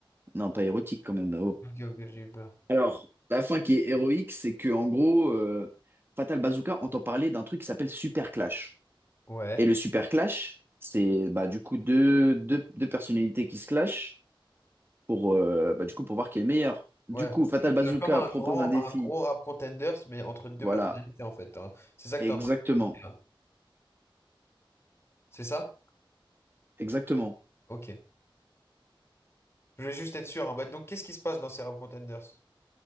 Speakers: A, on the right; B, on the left.
A: Non, pas érotique quand même. oh.
B: Ok, ok, j'ai eu peur.
A: Alors, la fin qui est héroïque, c'est que en gros, euh, Fatal Bazooka entend parler d'un truc qui s'appelle Super Clash.
B: Ouais.
A: Et le Super Clash, c'est bah, du coup deux, deux, deux personnalités qui se clashent pour, euh, bah, du coup, pour voir qui est le meilleur. Du
B: Ouais.
A: coup, Fatal
B: Juste,
A: Bazooka
B: euh, Comme un
A: propose
B: grand,
A: un défi.
B: un gros rap contenders, mais entre deux
A: Voilà,
B: personnalités, en fait. hein. C'est ça que
A: exactement.
B: t'es en train de m'expliquer, là. C'est ça?
A: Exactement.
B: Ok. Je voulais juste être sûr. hein. Bah, donc, qu'est-ce qui se passe dans ces rap contenders?